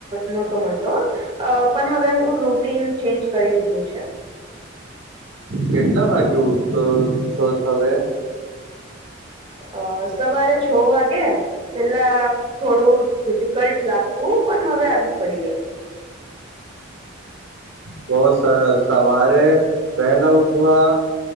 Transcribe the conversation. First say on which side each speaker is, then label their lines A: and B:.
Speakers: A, on the right (about 25°); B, on the right (about 75°).
A: નહોતો મળતો. તો પણ હવે હું રૂટીન ચેન્જ કરી દીધું છે.
B: કેટલા વાગે ઉઠતો છો હવે.
A: અ સવારે છ વાગે. પેલા થોડું ડિફિકલ્ટ લાગતું પણ હવે આદત પડી ગઈ.
B: બહ સરસ સવારે વહેલા ઉઠવા.